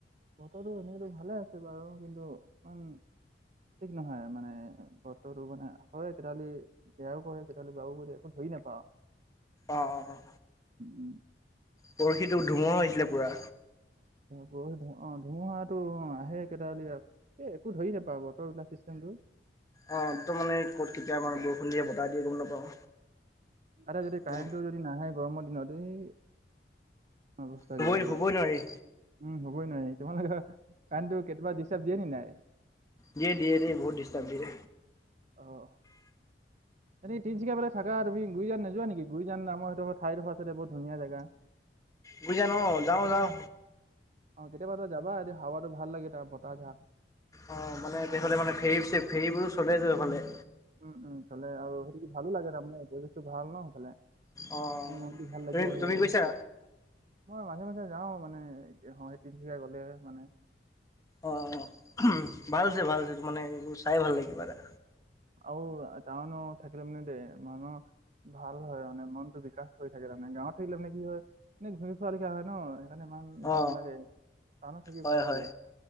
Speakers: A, on the right; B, on the left.
A: ব তো টো সেনেকো ভালে আছে বাৰু কিন্তু ইমান ঠিক নহয় মানে বততো মানে হয় কেতিহলি বেয়াও কৰে কেতি বাৰু বুলি কি নেপাও?
B: অ অ।
A: উম।
B: পৰশিটো ধুমুহা হৈছিলে পুৰা।
A: বেইটো <inaudible> অ ধুমুহাটো অ আহে কেইটা হলে আৰু এই একো ধৰি নেপা বতৰবিলাক চিষ্টেমটো।
B: অ একদম মানে ক'ত কেতিয়া মানে বৰষুণ দিয়ে বতাহ দিয়ে গম নাপাওঁ।
A: আটে যদি
B: মানে
A: কাৰেণ্টটো যদি নাহে গৰমৰ দিনত এই অৱস্থা
B: শুবই
A: বেয়া হৈ যায়,
B: শুবই নোৱাৰি।
A: উম হবই নোৱাৰি তোমালোকৰ কাৰণটো কেতিয়াবা দি চবজিয়ে ন নাই?
B: দিয়ে দিয়ে দিয়ে বহুত ডিষ্টাৰ্ব দিয়ে।
A: আহ। এনেই তিনিচুকীয়া বো থাকা তুমি গুইজান নোযোৱা নেকি গুইজান নামৰ সেইটো ঠাইডোখ আছে বহুৰ ধুনীয়া জাগা।
B: বুজা ন যাও যাও।
A: অ কেতিয়াবা তই যাবা এতিয়া হাৱাটো ভাল লাগে তাত বতাহ যা
B: অ মানে তেহলে মানে ফেৰী ফেৰীবোৰো চলে যেফালে
A: উম উম তালে আৰু সেইটো ভালো লাগে তাৰমানে পৰিৱেশটো ভাল ন সেইফালে।
B: অ
A: মনটো ভাল
B: তুমি
A: লাগি আহে
B: তুমি গৈছা
A: সেইটো মই মাজে মাজে যাও। মানে হয়েই তিনচুকীয়া গলে মানে
B: অ উহুম
A: উম,
B: ভালছে ভালছে ত মানে এইবোৰ চাই ভাল লাগিবা এটা
A: তো টাউনো থাকিলে মানে দে মন ভাল হয় মানে মনটো বিকাশ হৈ থাকিলে মানে গাঁৱতে থাকিলে মানে কি হয় এনে ঘূমি ফোৱা লিখা হয় ন। মানে ইমান ভাল
B: অ
A: নালাগে, টাউনত থাকি
B: হয়
A: ভাল
B: হয়
A: লাগে।